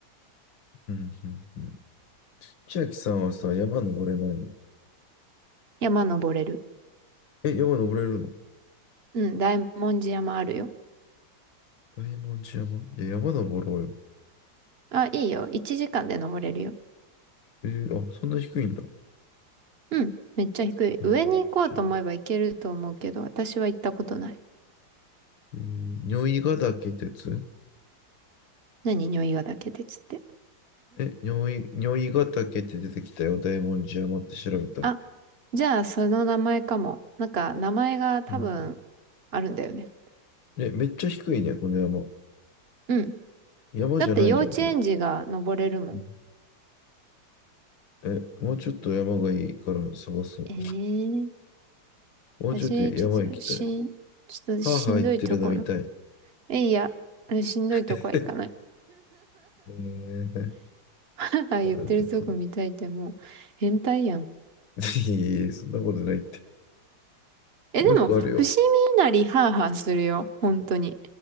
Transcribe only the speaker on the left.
うんうん。千秋さんはさ、山登れないの
え、山登れるの
大文字山いや、山登ろうよ。
えーあ、そんな低いんだ。
えー、
えー如意ヶ岳鉄
え、如意、如意ヶ岳って出てきたよ。大文字山って調べたら。
うん。
え、めっちゃ低いね、この山。
山じゃないじゃん、
これ。うん。え、もうちょっと山がいいから探そ
う。もうちょっと山行きたい。
は
あはあ言ってるの見たい。
<laughs> えー、
あちょっと、<laughs>
いえいえ、そんなことないって。
もう一個あるよ。